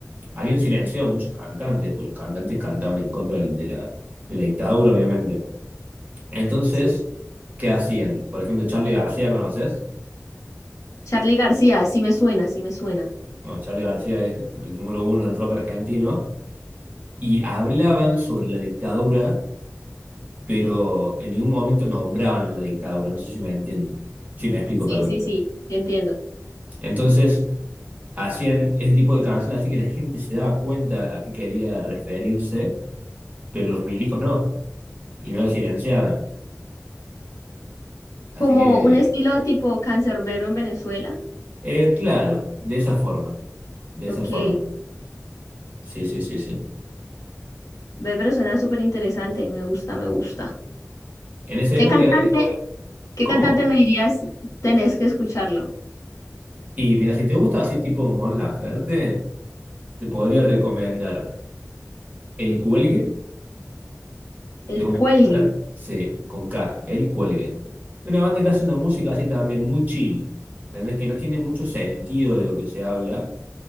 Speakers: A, on the right (about 30°); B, on the left (about 85°).
A: habían silenciado a muchos cantantes, porque los cantantes cantaban en contra de la, de la dictadura, obviamente. Entonces,
B: Sí,
A: ¿qué hacían? Por ejemplo, Charly García, ¿conoces?
B: Charly García, sí me suena, sí me suena.
A: Bueno, Charly García es el número uno del rock argentino y hablaban sobre la dictadura, pero en ningún momento nombraban la dictadura, no sé si me entiendo, si me explico,
B: sí,
A: perdón.
B: sí. sí. Sí entiendo.
A: Entonces, hacían ese tipo de canciones así que la gente se daba cuenta a qué quería referirse, pero los milicos no, y no lo silenciaban. Así
B: Como
A: que,
B: un estilo <laughs> tipo cancerbero en Venezuela.
A: eh, claro, de esa forma, de
B: Ok.
A: esa forma. Sí, sí, sí, sí.
B: Ve, pero suena súper interesante. Me gusta, me gusta.
A: En esa
B: ¿Qué
A: época
B: cantante,
A: era,
B: qué
A: ¿Cómo?
B: cantante me dirías tenés que escucharlo?
A: Y mira, si te gusta así tipo Mon Laferte, te podría recomendar El Cuelgue,
B: El
A: es una
B: Cuelgue.
A: banda, sí, con K, El Cuelgue. Una banda que
B: Ok.
A: hace una música así también muy chill, ¿entendés? Que no tiene mucho sentido de lo que se habla